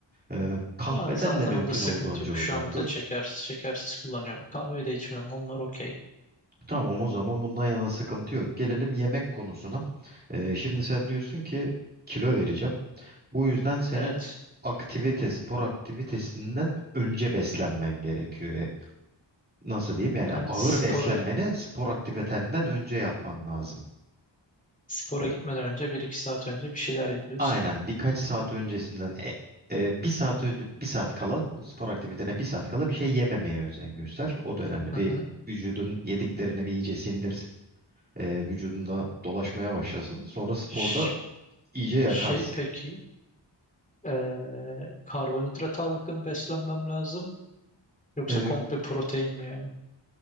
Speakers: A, on the right (about 20°); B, on the left (about 15°).
A: Ee, kahveden
B: Ya Zaten
A: de mümkün
B: onda sıkıntı
A: olduğunca
B: yok.
A: uzak
B: Şu anda
A: dur.
B: şekersiz şekersiz kullanıyorum. Kahve de içmiyorum. Onlar okey.
A: Tamam o zaman bundan yana sıkıntı yok. Gelelim yemek konusuna. Ee, şimdi sen diyorsun ki kilo vereceğim. Bu yüzden senin
B: Evet.
A: aktivite, spor aktivitesinden önce beslenmen gerekiyor. E, Nasıl diyeyim? Yani
B: Yani
A: ağır
B: spora
A: beslenmeni spor aktivitenden önce yapman lazım.
B: spora
A: E,
B: gitmeden önce bir iki saat önce bir şeyler yediyorsun.
A: Aynen birkaç saat öncesinden e, e, bir saat önce bir saat kala spor aktivitene bir saat kala bir şey yememeye özen göster. O da önemli.
B: Hı
A: Bir
B: hı.
A: vücudun yediklerini bir iyice sindirsin. e, vücudunda dolaşmaya başlasın. Sonra sporda
B: Ş-
A: iyice yakarsın.
B: şey peki. Ee, karbonhidrat ağırlıklı mı beslenmem lazım? Yoksa
A: E,
B: komple protein mi yani?